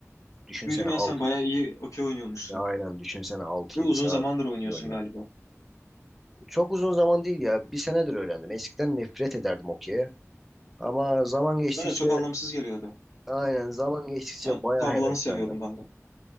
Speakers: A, in the centre; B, on the left.
A: düşünsene
B: Duydum ya
A: 6
B: sen bayağı iyi okey oynuyormuşsun.
A: ya aynen düşünsene 6
B: Ve
A: yedi
B: uzun
A: saat
B: zamandır oynuyorsun
A: okey oynuyor.
B: galiba.
A: Çok uzun zaman değil ya. Bir senedir öğrendim. Eskiden nefret ederdim okey'e. Ama zaman geçtikçe
B: Bana de çok anlamsız geliyordu.
A: aynen zaman geçtikçe
B: Ben
A: bayağı
B: tavlanı
A: heveslendim.
B: seviyordum ben de.